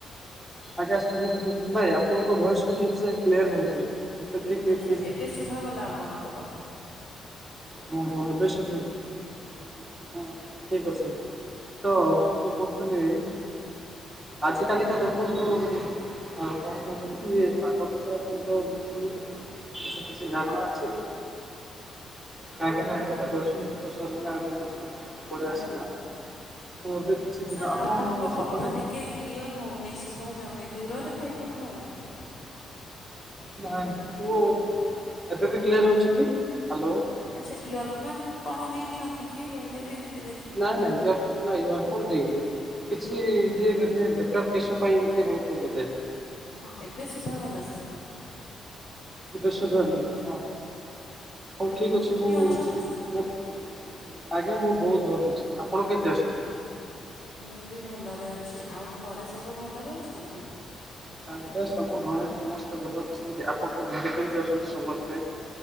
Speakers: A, in the centre; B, on the left.
A: ଆକାଶ <unintelligible> ନାଇଁ ଆପଣଙ୍କ ଭଏସ୍ ବି ଠିକ ସେ କ୍ଲିୟର ହଉନି। ମୋତେ ବି ଟିକେ
B: ଆଚ୍ଛା ଏବେ ଶୁଭାଗଲା ଆପଣଙ୍କ କଥା।
A: ଓ ହୋ ଏବେ ଶୁଭିଲା। ହଁ ଠିକ୍ ଅଛି ତ ମୁଁ କହୁଥିଲି ଆଜିିକାଲିିକା ଦେଖନ୍ତୁ ଆଉ କଣ କହୁଥିଲି କି, ପାଗ ବିଷୟରେ ଆପଣଙ୍କ କିଛି କିଛି କିଛି ଧାରଣା ଅଛି। କାହିଁକି ନାନା ଏବେ ତ ଗ୍ରୀଷ୍ମ ଋତୁ ସରିଲା ଆଗ ବର୍ଷା ପଳେଇ ଆସିଲା ତ ଏବେ କିଛି
B: ସାର୍
A: ଦିନ ଆପଣ
B: ଆପଣଙ୍କ
A: ସେପଟେ
B: କଥା ଟିକେ କ୍ଲିଅର ହଉନି ଶୁଭା ଯାଉନି ଦୂରରେ ଥାଇ କଥା ହଉଛନ୍ତି କି?
A: ନାଇଁ କୋ ଏବେ ବି କ୍ଲିୟର ହଉଛି କି, ହ୍ୟାଲୋ?
B: ଆଚ୍ଛା ଇୟରଫୋନ୍ କଣ ଦେଇଛନ୍ତି କି? ବୋଇଲେ ବି ଏମତି
A: ନାଇଁ ନାଇଁ। ନା ଇୟରଫୋନ ଦେଇନି। କିଛି ଇଏ ବୋଧେ ନେଟୱାର୍କ ଇସୁ ପାଇଁ ଏମତି ହେଉଥିବ ବୋଧେ।
B: ହଁ ଏବେ ଶୁଭା ଗଲା ସାର୍ କଥା।
A: ଏବେ ଶୁଭାଗଲା ହଁ, ହଉ
B: ହଁ
A: ଠିକ୍ ଅଛି
B: କେମିତି
A: ମୁଁ
B: ଅଛନ୍ତି ସାର୍
A: ମୋର ଆଜ୍ଞା ମୁଁ ବହୁତ ଭଲ ଅଛି। ଆପଣ କେମତି ଅଛନ୍ତି?
B: ମୁଁ ବି ଭଲରେ ଅଛି। ଆଉ ଘରେ ସବୁ ଭଲରେ ଅଛନ୍ତି?
A: ତାହା ସବୁ ଘରେ ସମସ୍ତେ ଭଲ ଅଛନ୍ତି। ଆପଣଙ୍କ ଘରେ କେମିତି ଅଛନ୍ତି ସମସ୍ତେ?